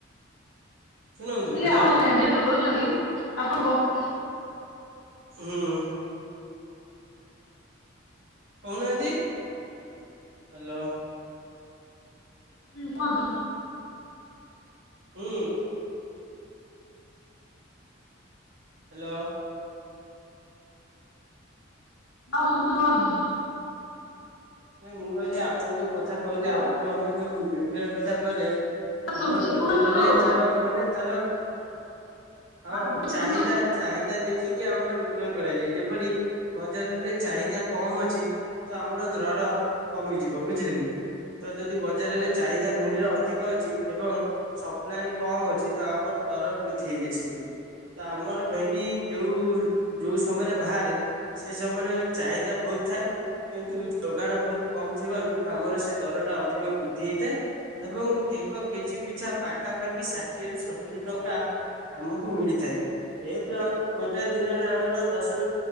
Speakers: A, on the right; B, on the left.
A: ଶୁଣନ୍ତୁ
B: ହେଲେ
A: ହ୍ୟାଲୋ
B: ଆପଣ ସବୁ ଏଣ୍ଡିଆସ କରୁଛନ୍ତି ଆପଣ ବହୁ <unintelligible>
A: ହୁଁ ହୁଁ। କହୁନାହାନ୍ତି ହ୍ୟାଲୋ।
B: ହୁଁ ହଁ?
A: ହୁଁ ହ୍ୟାଲୋ।
B: ଆ ସୁ <unintelligible> କୁହନ୍ତୁ?
A: ନା ମୁଁ କହିଲି ଆପଣଙ୍କୁ ଯୋଉ କଥା କହିଲି
B: ହଁ
A: ଆପଣ ଆମେ ଯୋଉ ବିକ୍ରୟ କଥା କହିଲେ। ଆମର
B: ଶୁଭୁଛି
A: ବଜାରରେ
B: କୁହନ୍ତୁ ହଁ
A: ତାର। ମାନେ ତାର ହଁ
B: ଶୁଭୁଛି କୁହନ୍ତୁ।
A: ଚାହିଦା ଚାହିଦା ଦେ? ଦେଖିକି ଆମର ବିକ୍ରୟ କରାଯାଏ ଯେପରି ବଜାରରେ ଚାହିଦା କମ ଅଛି ତ ଆମର। ଦର କମିଯିବ ବୁଝିଲେ କି ତ ଯଦି ବଜାରରେ? ଚାହିଦା ଭେଣ୍ଡିର ଅଧିକ ଅଛି ଏବଂ? ସପ୍ଲାଏ କମ ଅଛି ତ ଆମର ଦର ବୃଦ୍ଧି ହେଇଯାଏ ସେଠି। ତ ଆମର ଭେଣ୍ଡି ଯୋଉ? ଯଉ ସମୟରେ ବାହାରେ ସେ ସମୟରେ ଚାହିଦା ବହୁତ ଥାଏ କିନ୍ତୁ? ଯୋଗାଣ ବହୁତ କମ ଥିବାରୁ ଆମର ସେ ଦର ଟା ଅଧିକ ବୃଦ୍ଧି ହେଇଥାଏ। ଏବଂ ଏକ କେଜି ପିଛା ପାଖାପାଖି ଷାଠିଏରୁ ସତୁରି ଟଙ୍କା। ଆମକୁ ମିଳିଥାଏ। ଯେହେତୁ ଆମକୁ ଗୋଟେ ଦିନରେ ଆମର ଦଶରୁ